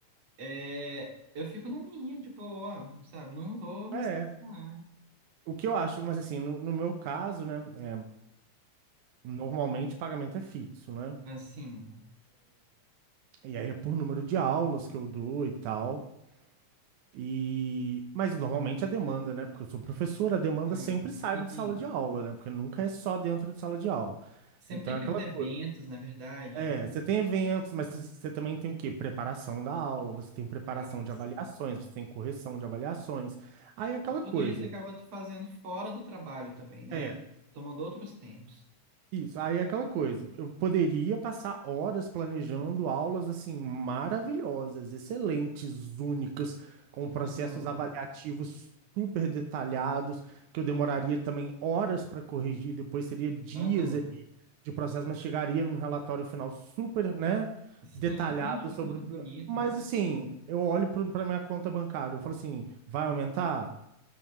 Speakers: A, on the right; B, on the right.
A: é, eu fico na minha, de boa, sabe? Não vou me
B: É.
A: estressar.
B: O que eu acho, mas assim, no, no meu caso, né, é, normalmente o pagamento é fixo, né?
A: Assim,
B: E aí é por número de aulas que eu dou e tal. E... Mas normalmente a demanda, né? Porque eu sou professor, a demanda
A: é,
B: sempre sai
A: sim.
B: de sala de aula, né? Porque nunca é só dentro de sala de aula.
A: Sempre
B: Então
A: tem aqueles
B: é aquela
A: eventos,
B: coisa.
A: na verdade,
B: É, você tem eventos, mas você você também tem o quê? Preparação da aula, você tem preparação
A: caras.
B: de avaliações, você tem correção de avaliações. Aí é aquela
A: E tudo
B: coisa.
A: isso acaba tu fazendo fora do trabalho também, né?
B: É,
A: Tomando outros tempos.
B: Isso, aí é aquela coisa. Eu poderia passar horas planejando aulas assim maravilhosas, excelentes, únicas, com processos
A: Aham,
B: avaliativos super detalhados, que eu demoraria também horas para corrigir, depois seria dias
A: aham.
B: ali de processo, mas chegaria num relatório final super, né,
A: Sim,
B: detalhado
A: super enxuto,
B: sobre. o pro-
A: bonito,
B: Mas
A: né?
B: assim, eu olho para minha conta bancária, eu falo assim, vai aumentar?